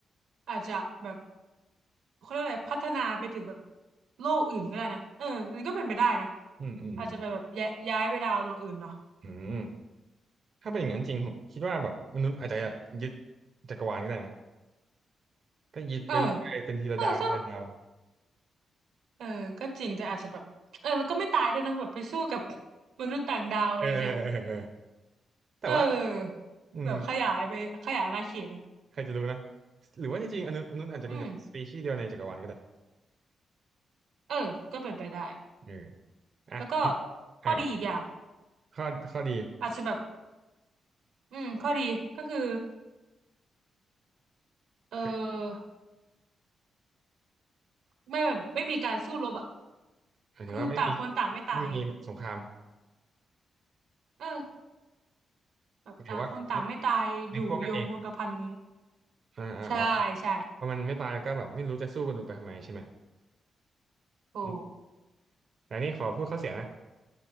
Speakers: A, on the right; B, on the right.
A: อาจจะแบบเขาเรียกอะไรพัฒนาไปถึงแบบโลกอื่นก็ได้นะเอออันนี้ก็เป็นไปได้นะ
B: อืมอืมอืม
A: อาจจะแบบแบบย้ายย้ายไปดาวดวงอื่นเนาะ
B: อืมถ้าเป็นอย่างนั้นจริงผมคิดว่าแบบมนุษย์อาจจะยึดจักรวาลก็ได้นะก็ยึดไปเรื่อยๆเป็นทีละดาวทีละดาว
A: เออเออถ้าเออก็จริงแต่อาจจะแบบเออแล้วก็ไม่ตายด้วยเนาะแบบไปสู้กับมนุษย์ต่างดาวอะไรเงี้ย
B: เออเออเออเออแต่ว่า
A: เออ
B: อืม
A: แบบขยายไปขยายอาณาเขตนะ
B: ใครจะรู้นะหรือว่าจริงๆอนุมนุษย์อาจจะเป็นแบบสปีชีส์เดียวในจักรวาลก็ได้
A: อืมเออก็เป็นไปได้
B: เอออ่ะ
A: แล้วก็ข้อดีอีกอย่าง
B: อ่ะข้อข้อดี
A: อาจจะแบบอืมข้อดีก็คือเออ
B: คือ
A: ไม่แบบไม่มีการสู้รบอ่ะ
B: หมายถึงว่าไม่มี
A: คือต่างคนต่างไม่ตายเงี้ย
B: ไม่มีสงคราม
A: เออแบบต่างคนต่างไม่ตายอยู่ยงคงกระพันนี้ย
B: หมายถึงว่าในพวกกันเอง อ่าอ่าอ๋อ
A: ใช่ใช่
B: พอมันไม่ตายก็แบบไม่รู้จะสู้กันไปทำไมใช่ไหม
A: ถูก
B: อืมแต่นี่ขอพูดข้อเสียนะ